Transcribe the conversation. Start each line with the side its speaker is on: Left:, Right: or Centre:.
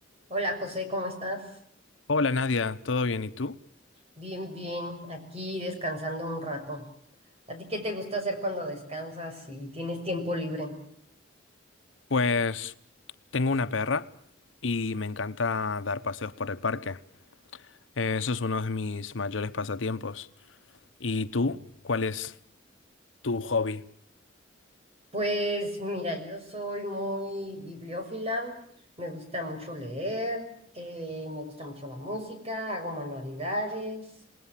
Right: Hola José, ¿cómo estás?
Left: Hola Nadia, ¿todo bien? ¿Y tú?
Right: Bien, bien, aquí descansando un rato. ¿A ti qué te gusta hacer cuando descansas y tienes tiempo libre?
Left: Pues tengo una perra y me encanta dar paseos por el parque. Eh, Eso es uno de mis mayores pasatiempos. ¿Y tú? ¿Cuál es tu hobby?
Right: Pues mira, yo soy muy bibliófila, me gusta mucho leer, eh, me gusta mucho la música, hago manualidades,